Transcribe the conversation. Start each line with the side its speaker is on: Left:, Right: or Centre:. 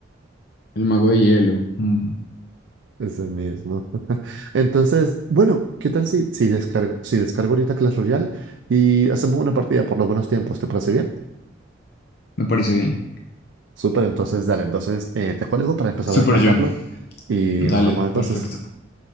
Left: El mago de hielo. mm,
Right: Ese mismo. <laughs> Entonces, bueno, ¿qué tal si, si descargo, si descargo ahorita Clash Royale y hacemos una partida por los buenos tiempos? ¿Te parece bien?
Left: Me parece bien.
Right: Súper, entonces dale, entonces eh, te cuelgo para empezar
Left: Super
Right: a descargarlo
Left: John.
Right: y
Left: Dale,
Right: nos vemos entonces.
Left: perfecto.